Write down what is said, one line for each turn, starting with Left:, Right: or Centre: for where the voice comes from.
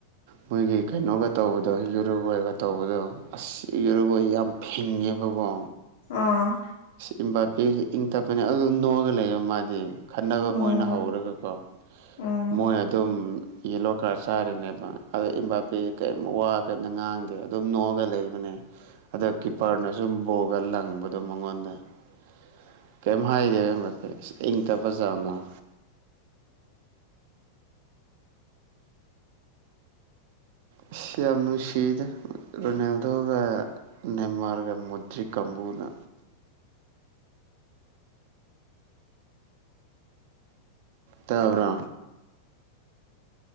Right: ꯃꯣꯏꯒꯤ ꯀꯩꯅꯣꯒ ꯇꯧꯕꯗꯣ ꯌꯨꯔꯨꯒꫭꯏꯒ ꯇꯧꯕꯗꯣ ꯑꯁ ꯌꯨꯔꯨꯒꫭꯏ ꯌꯥꯝ ꯐꯤꯡꯉꯦꯕꯀꯣ
Left: ꯑꯥ
Right: ꯁꯤ ꯏꯝꯕꯥꯄꯤꯁꯦ ꯏꯪ ꯇꯞꯄꯅꯦ ꯑꯗꯨ ꯅꯣꯛꯑꯒ ꯂꯩꯕ ꯃꯥꯗꯤ ꯈꯟꯅꯕ
Left: ꯎꯝ
Right: ꯃꯣꯏꯅ ꯍꯧꯔꯒꯀꯣ
Left: ꯎꯝ
Right: ꯃꯣꯏ ꯑꯗꯨꯝ ꯌꯦꯂꯣ ꯀꯥꯔ ꯆꯥꯔꯤꯅꯦꯕ ꯑꯗꯩꯏ ꯏꯝꯕꯥꯄꯦ ꯀꯔꯤꯃ ꯋꯥ ꯀꯩꯝꯇ ꯉꯥꯡꯗꯦ ꯑꯗꯨꯝ ꯅꯣꯛꯑꯒ ꯂꯩꯕꯅꯦ ꯑꯗ ꯀꯤꯞꯄꯔꯅ ꯁꯨꯝ ꯕꯣꯒ ꯂꯪꯕꯗꯣ ꯃꯉꯣꯟꯗ <unintelligible> ꯀꯩꯝ ꯍꯥꯏꯗꯦꯗ ꯏꯝꯕꯥꯄꯦ ꯏꯁ ꯏꯪ ꯇꯞꯄ ꯖꯥꯠꯇꫭ ꯑꯁ ꯌꯥꯝ ꯅꯨꯡꯁꯤꯗꯦ ꯔꯣꯅꯥꯜꯗꯣꯒ ꯅꯦꯃꯔꯒ ꯃꯗꯔꯤ ꯀꯝꯕꯨꯅ ꯇꯥꯕ꯭ꯔꯣ